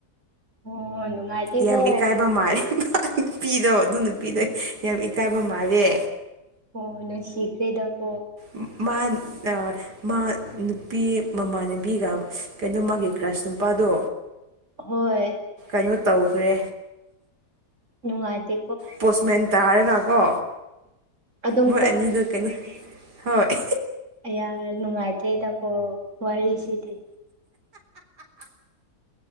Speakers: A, on the right; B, on the right.
A: ꯑꯣ ꯅꯨꯡꯉꯥꯏꯇꯦꯀꯣ
B: ꯌꯥꯝ ꯏꯀꯥꯏꯕ ꯃꯥꯔꯤ ꯄꯤꯗꯣ ꯑꯗꯨ ꯅꯨꯞꯄꯤꯗꯣꯏ ꯌꯥꯝ ꯏꯀꯥꯏꯕ ꯃꯥꯜꯂꯦ
A: ꯑꯣ ꯅꯣꯏ ꯁꯤꯈ꯭ꯔꯦꯗꯀꯣ
B: ꯎꯝ ꯃꯥ ꯑ ꯃꯥ ꯅꯨꯄꯤ ꯃꯃꯥꯟꯅꯕꯤꯒ ꯀꯩꯅꯣ ꯃꯥꯒꯤ ꯀ꯭ꯔꯥꯁ ꯅꯨꯄꯥꯗꯣ
A: ꯍꯣꯏ
B: ꯀꯩꯅꯣ ꯇꯧꯈ꯭ꯔꯦ
A: ꯅꯨꯡꯉꯥꯏꯇꯦ
B: ꯄꯣꯁꯃꯦꯟ ꯇꯥꯔꯒꯀꯣ
A: ꯑꯗꯨꯝ
B: ꯃꯣꯏ ꯑꯅꯤꯗꯨ ꯀꯩꯅꯣ ꯍꯣꯏ
A: ꯑꯩꯌꯥ ꯅꯨꯡꯉꯥꯏꯇ꯭ꯔꯦ ꯗꯀꯣ ꯋꯥꯔꯤꯁꯤꯗꯤ